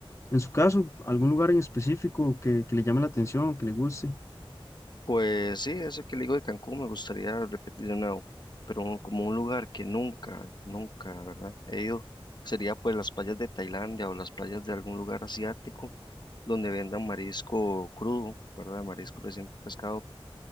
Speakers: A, on the left; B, on the left.
A: En su caso, ¿algún lugar en específico que, que le llame la atención, que le guste?
B: Pues sí, eso que le digo de Cancún me gustaría repetir de nuevo, pero un- como un lugar que nunca, nunca, ¿verdad? He ido, sería pues las playas de Tailandia o las playas de algún lugar asiático donde vendan marisco crudo, ¿verdad? Marisco recién pescado